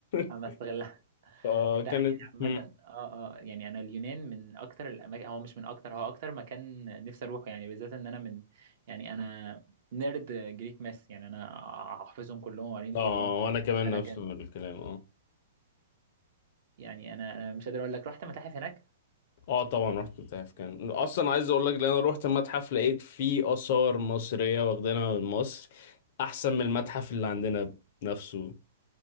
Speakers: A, on the right (about 50°); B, on the left (about 45°).
A: ما
B: <laughs>
A: استغلها
B: فكانت
A: ده يعني عامة
B: مم.
A: اه اه يعني انا اليونان من اكتر الاماكن هو مش من اكتر هو اكتر مكان نفسي اروحه يعني بالذات ان انا من يعني انا نيرد جريك ماس يعني انا حافظهم كلهم وقاريهم
B: اه
A: كلهم
B: وانا كمان
A: فانا
B: نفس
A: كان
B: الكلام اه
A: يعني انا انا مش قادر اقول لك رحت متاحف هناك
B: اه طبعا رحت متاحف كان اصلا عايز اقول لك لان انا رحت المتحف لقيت فيه اثار مصريه واخدينها من مصر احسن من المتحف اللي عندنا نفسه